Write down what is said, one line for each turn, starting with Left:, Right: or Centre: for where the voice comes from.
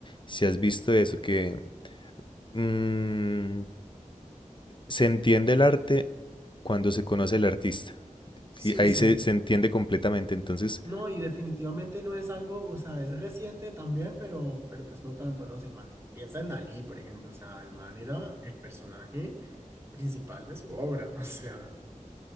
Left: si has visto eso, que mm, se entiende el arte cuando se conoce el artista.
Right: Sí,
Left: Y ahí
Right: sí,
Left: se, se entiende completamente. Entonces,
Right: No, y definitivamente no es algo, o sea, es reciente también, pero, pero pues no tanto, ¿no? O sea, ima- piensa en Dalí, por ejemplo, o sea, el man era el personaje principal de su obra, <laughs> o sea,